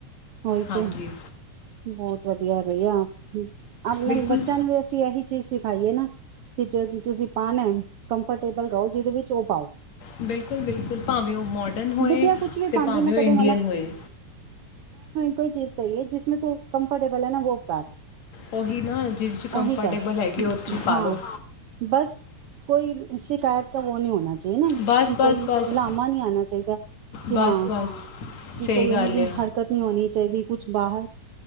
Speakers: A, on the right (about 85°); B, on the left (about 60°).
A: ਉਹੀ
B: ਹਾਂਜੀ।
A: ਤੇ ਬਹੁਤ ਵਧੀਆ ਰਹਿਆ। ਆਪਣੇ
B: ਬਿਲਕੁਲ,
A: ਬੱਚਿਆਂ ਨੂੰ ਵੀ ਅਸੀਂ ਇਹੀ ਚੀਜ਼ ਸਿਖਾਈਏ ਨਾ। ਕਿ ਜਦ ਤੁਸੀਂ ਪਾਣਾ ਕੰਫਰਟੇਬਲ ਰਹੋ, ਜਿਹਦੇ ਵਿੱਚ ਉਹ ਪਾਉ।
B: ਬਿਲਕੁਲ ਬਿਲਕੁਲ, ਭਾਵੇਂ ਉਹ ਮਾਰਡਨ ਹੋਏ
A: ਬਿਟੀਆ ਕੁਛ ਵੀ
B: ਅਤੇ
A: ਪਾਂਦੀ
B: ਭਾਵੇਂ
A: ਮੈਂ
B: ਉਹ
A: ਕਦੇ
B: ਇੰਡੀਅਨ ਹੋਏ।
A: ਕੋਈ ਚੀਜ਼ ਕਹੀਏ ਜਿਸ ਜਿਸ ਤਰ੍ਹਾਂ ਤੂੰ ਕੰਫਰਟੇਬਲ ਹੈ ਨਾ ਉਹ ਪਾ।
B: ਉਹੀ ਨਾ, ਜਿਸ 'ਚ ਕੰਫਰਟੇਬਲ
A: ਉਹੀ ਕਰ
B: ਹੈਗੀ, ਉਹ 'ਚ ਹੀ ਪਾ
A: ਹਾਂ,
B: ਲਓ।
A: ਬਸ ਕੋਈ ਸ਼ਿਕਾਇਤ ਤਾਂ ਉਹ ਨਹੀਂ ਹੋਣਾ ਚਾਹੀਦਾ ਨਾ,
B: ਬਸ,
A: ਕਿ
B: ਬਸ,
A: ਕੋਈ
B: ਬਸ।
A: ਉਲਾਮਾ ਨਹੀਂ ਆਉਣਾ ਚਾਹੀਦਾ, ਕਿ
B: ਬਸ
A: ਹਾਂ
B: ਬਸ
A: ਕਿ
B: ਸਹੀ
A: ਕੋਈ
B: ਗੱਲ
A: ਇਹੋ ਜਿਹੀ
B: ਆ
A: ਹਰਕਤ ਨਹੀਂ ਹੋਣੀ ਚਾਹੀਦੀ, ਕੁਛ ਬਾਹਰ